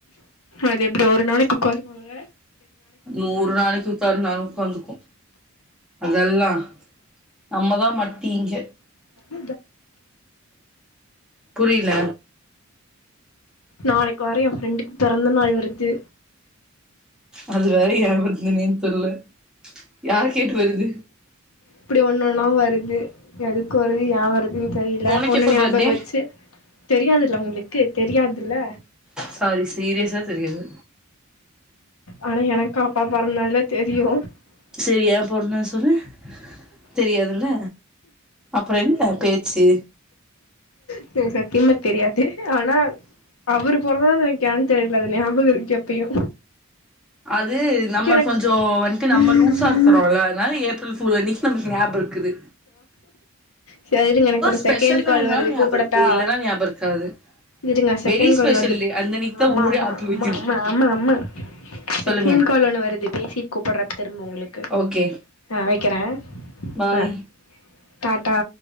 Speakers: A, on the left; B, in the centre.
A: அது எப்டி ஒரு நாளைக்கு ஒக்காருவாங்க
B: நூறு நாளைக்கு ஒக்காந்தாலு ஒக்காந்துக்கு அதல்லா நம்ம தா மட்னி இங்க
A: <unintelligible>
B: புரியல
A: நாளைக்கு வேற எ ஃப்ரெண்டுக்கு பெறந்த நாள் வருது
B: அது வேற ஏ வருதுன்னே தெர்ல யார கேட்டு வருது
A: இப்படி ஒன்னு ஒன்னா வருது எதுக்கு வருது ஏ வரு துன் தெரில
B: உனக்கு
A: ஒன்னு
B: எப்ப
A: ஞாபக
B: பர்த்டே
A: வெச்சு தெரியாதுல்ல அவுங்ளுக்கு தெரியாதுல்ல
B: சாரி சீரியசா தெரியாது
A: ஆனா எனக்கு அப்பா பெறந்தனால்லா தெரியு
B: செரி ஏ பொறந்நாள் சொல்லு தெரியாதுல்ல அப்றோ என்ன பேச்சி
A: எனக்கு சத்தியமா தெரியாது ஆனா அவுரு பொறந்தநாளு எனுக்கு யான் தெரில அது ஞாபக இருக்கு எப்பையு
B: அது நம்ம
A: எனக்கு
B: கொஞ்சோ வன்ட்டு நம்ம லூசா இருக்றோல்ல அதனால ஏப் ரல் ஃபூல் அன்னிக்கி நமக்கு ஞாபக் இக்குது
A: சேர் இருங்க எனக்கு ஒரு
B: ஸ்பெஷல்
A: செகெண்டு கால்
B: நாள்னால
A: வருது
B: ஞாபகம்
A: கூப்படட்டா
B: இருக்கு இல்லன்னா ஞாபகம் இருக்காது
A: இருங்க செகெண்ட்
B: வெரி
A: கால்
B: ஸ்பெஷல்
A: வருதுட்
B: டே அந்த அன்னைக்கு தா
A: அம்மா
B: ஊரே
A: அம்மா
B: ஆப்பு
A: அம்மா
B: வைக்குது
A: அம்மா அம்மா அம்மா
B: சொல்லுங்க
A: செகெண்ட் கால் ஒன்னு வருது பேசிட் கூப்பற்ற திரும்ப உங்ளுக்கு
B: ஓகே
A: ஆ வெக்கற
B: பாய்
A: அ டாட்டா